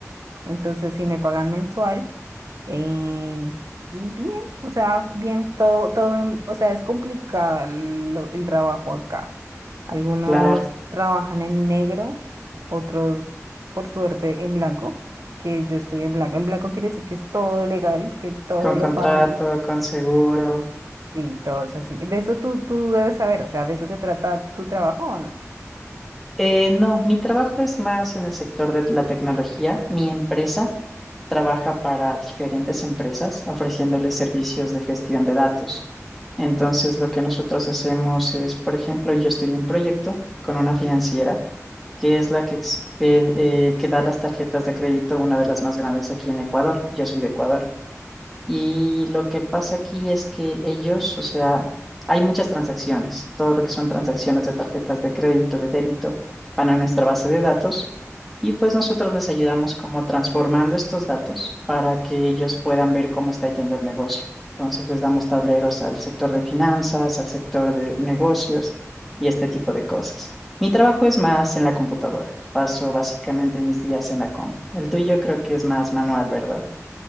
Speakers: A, on the right; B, in the centre.
A: Entonces, si me pagan mensual. eh, y bien, o sea, bien, todo, todo, en- o sea, es complicado el, lo- el trabajo acá. Algunos
B: claro,
A: trabajan en negro, otros, por suerte, en blanco, que yo estoy en blanco. En blanco quiere decir que es todo legal, que todo
B: con contrato,
A: lo pagan.
B: con seguro.
A: Sí, todo es así. De eso tú, tú debes saber, o sea, ¿de eso se trata tu trabajo o no?
B: Eh, no, mi trabajo es más en el sector de la tecnología. Mi empresa trabaja para diferentes empresas ofreciéndoles servicios de gestión de datos. Entonces, lo que nosotros hacemos es, por ejemplo, yo estoy en un proyecto con una financiera que es la que, expe- eh, que da las tarjetas de crédito, una de las más grandes aquí en Ecuador. Yo soy de Ecuador. Y lo que pasa aquí es que ellos, o sea, hay muchas transacciones, todo lo que son transacciones de tarjetas de crédito, de débito, van a nuestra base de datos y pues nosotros les ayudamos como transformando estos datos para que ellos puedan ver cómo está yendo el negocio. Entonces les damos tableros al sector de finanzas, al sector de negocios y este tipo de cosas. Mi trabajo es más en la computadora. Paso básicamente mis días en la compu. El tuyo creo que es más manual, ¿verdad?